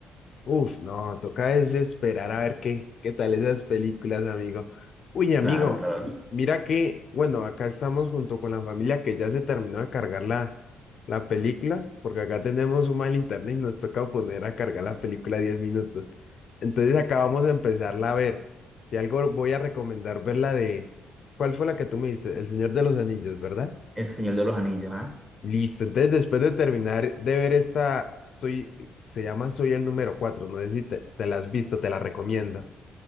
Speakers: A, on the left; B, on the right.
A: Uf, no, toca es esperar a ver qué, qué tal esas películas, amigo. Uy, amigo,
B: Claro, claro.
A: mira que, bueno, acá estamos junto con la familia que ya se terminó de cargar la, la película, porque acá tenemos un mal internet y nos toca poner a cargar la película 10 minutos. Entonces acá vamos a empezarla a ver. Y algo voy a recomendar ver la de, ¿cuál fue la que tú me diste? El Señor de los Anillos, ¿verdad?
B: El Señor de los Anillos, ¿ah?
A: Listo, entonces después de terminar de ver esta, soy, se llama Soy el número cuatro, no sé si te, te la has visto, te la recomiendo.